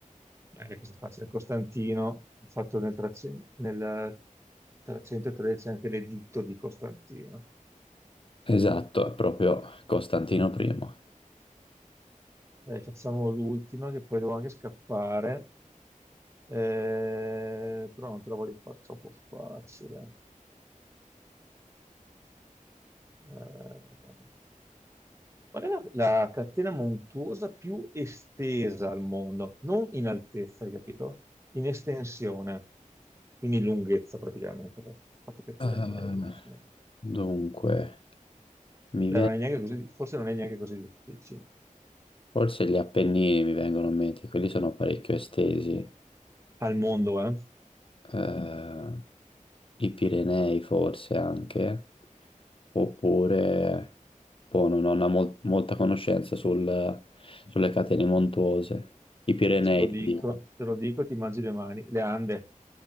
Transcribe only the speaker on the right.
Bene, questa è facile. Costantino, il fatto nel, 300 nel 313 anche l'editto di Costantino.
Dai, facciamo l'ultima che poi devo anche scappare, Eh, però non te la voglio far troppo facile. Eh, qual è la, la catena montuosa più estesa al mondo? Non in altezza, hai capito? In estensione, quindi lunghezza praticamente, per farti capire
meglio. insomma.
Beh,
non è neanche così- forse non è neanche così difficile.
Al mondo, eh?
Te lo dico,
te lo dico e ti mangi le mani. Le Ande.